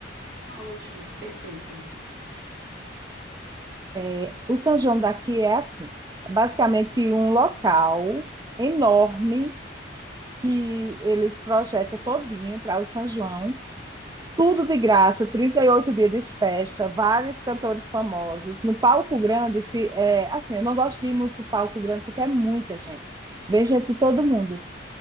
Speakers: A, on the right (about 60°); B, on the right (about 20°).
A: Ah, ótimo, perfeito.
B: É, o São João daqui é assim, é basicamente um local enorme que eles projetam todinho para o São João, tudo de graça, 38 dias de festa, vários cantores famosos. No palco grande, fi- é, assim, eu não gosto de ir muito para o palco grande porque é muita gente. Vem gente de todo mundo.